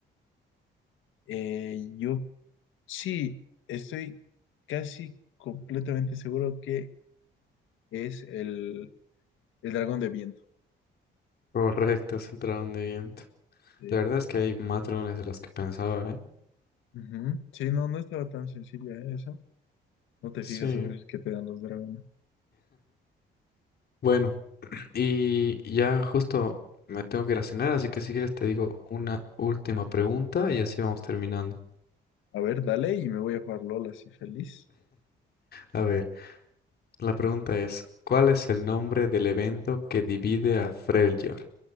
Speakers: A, on the left; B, on the left.
A: eh, yo sí, estoy casi completamente seguro que es el, el dragón de viento.
B: <laughs> correcto, es el dragón de viento.
A: Sí.
B: La verdad es que hay más dragones de los que pensaba, ¿eh?
A: Ujú. Sí, no, no estaba tan sencilla ¿eh? esa. No te
B: Sí.
A: fijas a ver qué te dan los dragones.
B: Bueno, y ya justo me tengo que ir a cenar, así que si quieres te digo una última pregunta y así vamos terminando.
A: A ver, dale y me voy a jugar LOL así feliz.
B: A ver. La pregunta es, ¿cuál es el nombre del evento que divide a Freljord?